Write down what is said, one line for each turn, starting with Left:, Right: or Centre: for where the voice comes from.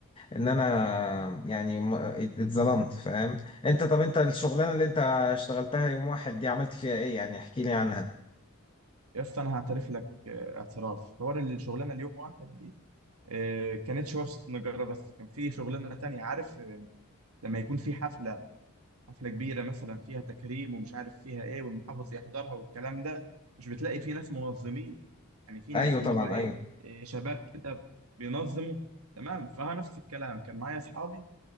Left: ان انا يعني م- ات- اتظلمت فاهم انت طب انت الشغلانه اللي انت اشتغلتها يوم واحد دي عملت فيها ايه يعني احكي لي عنها
Right: يا اسطى انا هعترف لك آه، اعتراف حوار الشغلانه اليوم واحد دي آه، كانتش وصلت نجارة بس كان في شغلانة تانية عارف آه، لما يكون في حفلة حفلة كبيرة مثلا فيها تكريم ومش عارف فيها ايه والمحافظ يحضرها والكلام ده مش بتلاقي في ناس منظمين يعني في ناس
Left: ايوه
Right: اللي
Left: طبعا
Right: هو ايه
Left: ايوه
Right: آه، شباب كده بينظموا تمام فها نفس الكلام كان معايا اصحابي